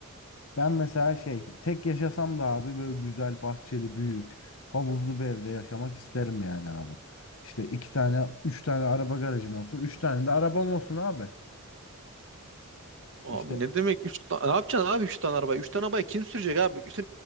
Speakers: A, on the left (about 60°); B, on the right (about 60°).
A: Ben mesela şey tek yaşasam da abi böyle güzel bahçeli büyük havuzlu bir evde yaşamak isterim yani abi. İşte iki tane üç tane araba garajım olsun. Üç tane de arabam olsun abi.
B: Abi
A: İşte
B: ne demek üç? tane ne yapacaksın abi 3 tane araba 3 tane arabayı kim sürecek abi? üç